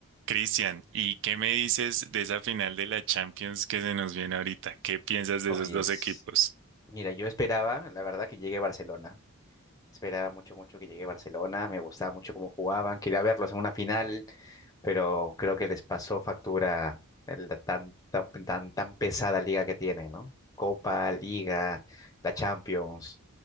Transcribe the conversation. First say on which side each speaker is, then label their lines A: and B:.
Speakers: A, on the right; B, on the left.
A: Cristian, ¿y qué me dices de esa final de la Champions que se nos viene ahorita? ¿Qué piensas de
B: Oyes,
A: esos dos equipos?
B: mira, yo esperaba, la verdad, que llegue a Barcelona. Esperaba mucho, mucho que llegue a Barcelona. Me gustaba mucho cómo jugaban. Quería verlos en una final, pero creo que les pasó factura el- la tan, tan, tan, tan pesada liga que tienen, ¿no? Copa, Liga, la Champions.